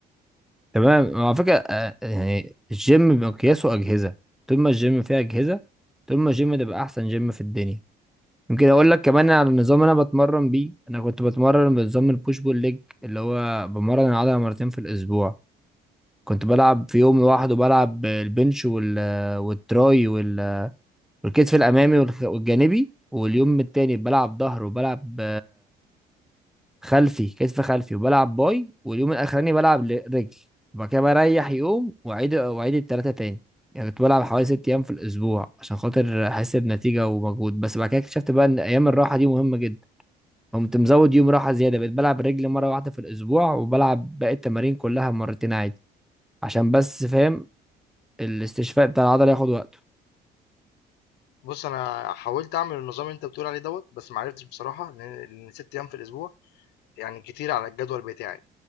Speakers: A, in the centre; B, on the left.
A: تمام على فكرة آه، يعني الجيم بمقياسه أجهزة طول ما الجيم فيه أجهزة طول ما الجيم ده بقى أحسن جيم في الدنيا يمكن أقول لك كمان على النظام اللي أنا بتمرن بيه أنا كنت بتمرن بنظام البوش بول ليج اللي هو بمرن العضلة مرتين في الأسبوع كنت بلعب في يوم لوحده بلعب البنش وال والتراي وال- والكتف الأمامي والخ- والجانبي واليوم التاني بلعب ظهر وبلعب خلفي كتف خلفي وبلعب باي واليوم الاخراني بلعب ل- رجل وبعد كده بريح يوم واعيد واعيد التلاتة تاني يعني كنت بلعب حوالي ست ايام في الاسبوع عشان خاطر احس بنتيجه ومجهود بس بعد كده اكتشفت بقى ان ايام الراحه دي مهمه جدا قمت مزود يوم راحه زياده بقيت بلعب رجل مره واحده في الاسبوع وبلعب باقي التمارين كلها مرتين عادي عشان بس فاهم الاستشفاء بتاع العضله ياخد وقته
B: بُص أنا حاولت أعمل النظام اللي أنت بتقول عليه دوّة، بس ما عرفتش بصراحة لإن لإن 6 أيام في الأسبوع يعني كتير على الجدول بتاعي،